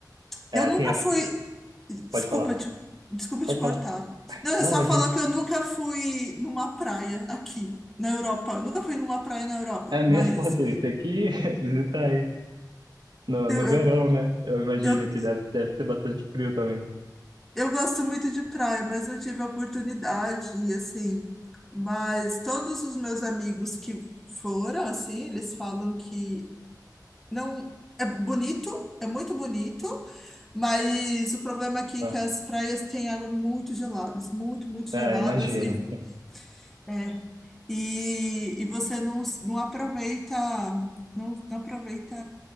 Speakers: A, on the right; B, in the centre.
A: é
B: Eu
A: assim,
B: nunca
A: é-
B: fui. Desculpa
A: pode falar,
B: te, desculpa
A: pode
B: te cortar.
A: falar.
B: Não, é
A: Não,
B: só
A: imagina.
B: falar que eu nunca fui numa praia aqui, na Europa. Eu nunca fui numa praia na Europa,
A: É mesmo,
B: mas
A: pô, tem, tem que ir <laughs> visitar aí no,
B: eu,
A: no verão, né? Eu imagino
B: eu, eu
A: que deve, deve ser bastante frio também.
B: eu gosto muito de praia, mas não tive a oportunidade, e assim. Mas todos os meus amigos que foram, assim, eles falam que não. É bonito, é muito bonito, mas o problema aqui
A: Ah,
B: é que as praias têm água muito geladas, muito, muito
A: É,
B: geladas,
A: imagino.
B: e é, e, e você não, não aproveita, não, não aproveita